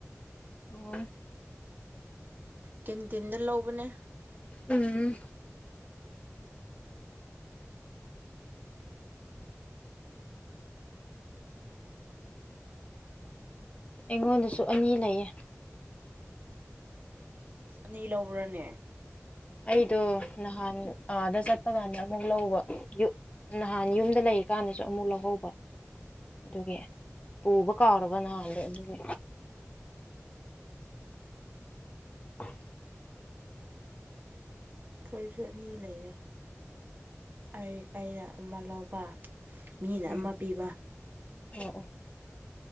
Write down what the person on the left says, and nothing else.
ꯑꯣ꯫
ꯎꯝ꯫ ꯑꯩꯉꯣꯟꯗꯥꯁꯨ ꯑꯅꯤ ꯂꯩꯌꯦ꯫
ꯑꯩꯗꯣ ꯅꯍꯥꯟ ꯑꯥꯗ ꯆꯠꯄ ꯀꯥꯟꯗ ꯑꯃꯨꯛ ꯂꯧꯕ ꯌꯨ ꯅꯍꯥꯟ ꯌꯨꯝꯗꯥ ꯂꯩꯔꯤ ꯀꯥꯟꯗꯁꯨ ꯑꯃꯨꯛ ꯂꯧꯍꯧꯕ꯫ ꯑꯗꯨꯒꯤ ꯄꯨꯕ ꯀꯥꯎꯔꯕ ꯅꯍꯥꯟꯗꯣ ꯑꯗꯨꯒꯤ꯫ <unintelligible>
ꯎꯝ
ꯑꯣ ꯑꯣ